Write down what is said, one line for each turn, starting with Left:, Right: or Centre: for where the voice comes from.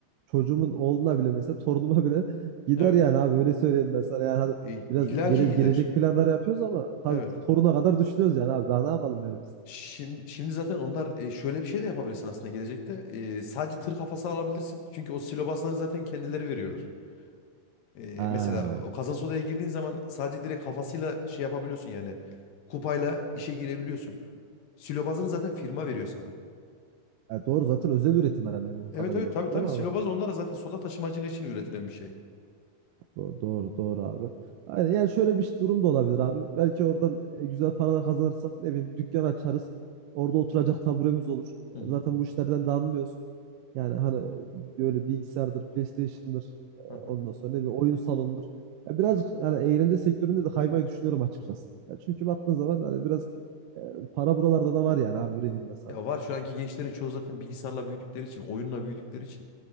Right: çocuğumun oğluna bile mesela torunuma bile <laughs> gider
Left: Evet.
Right: yani abi öyle söyleyeyim ben sana. Yani hadi
Left: E,
Right: biraz
Left: illa
Right: gele-
Left: ki gider.
Right: gelecek planlar yapıyoruz ama tabii
Left: Evet.
Right: toruna kadar düşünüyoruz yani abi daha ne yapalım yani biz.
Left: Şimdi, şimdi zaten onlar e, şöyle bir şey de yapabilirsin aslında gelecekte. E, sadece tır kafası alabilirsin. Çünkü o silobazları zaten kendileri veriyorlar. E,
Right: Ha.
Left: mesela o kazans odaya girdiğin zaman sadece direkt kafasıyla şey yapabiliyorsun yani. Kupayla işe girebiliyorsun. Silobazını zaten firma veriyor sana.
Right: Evet, doğru zaten özel üretim herhalde bildiğim
Left: Evet
Right: kadarıyla
Left: evet
Right: onlar
Left: tabii tabii
Right: değil mi
Left: silobaz
Right: abi?
Left: onlara zaten soda taşımacılığı için üretilen bir şey.
Right: Doğru doğru, doğru abi. Aynen, yani şöyle bir durum da olabilir abi. Belki oradan e, güzel paralar kazanırsak ne bileyim bir dükkan açarız. Orada oturacak taburemiz olur. E,
Left: Hı hı.
Right: Zaten bu işlerden de anlıyoruz. Yani hani böyle bilgisayardır, PlayStation'dır, e, ondan
Left: Hı hı.
Right: sonra ne bileyim oyun salonudur. Ya birazcık yani eğlence sektöründe de kaymayı düşünüyorum açıkçası. Ya çünkü baktığın zaman hani biraz e, para buralarda da var yani abi öyle diyeyim ben sana.
Left: Ya var şu anki gençlerin çoğu zaten bilgisayarla büyüdükleri için, oyunla büyüdükleri için